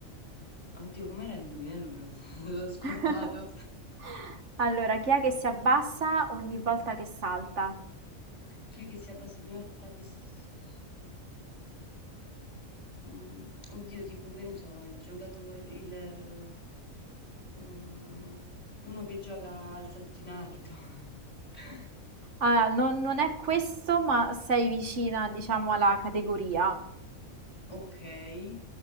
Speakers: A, on the left; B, on the right.
A: Oddio, com'era l'indovinello? Me l'ho <laughs> l'ho scordato.
B: <laughs> Allora, chi è che si abbassa ogni volta che salta?
A: Chi è che si abbassa ogni volta che... s- Mm, oddio, tipo, che ne so, il giocatore, il... eh, mm, uno che gioca al salto in alto. <laughs>
B: Ah, non, non è questo, ma sei vicina, diciamo, alla categoria.
A: Okay,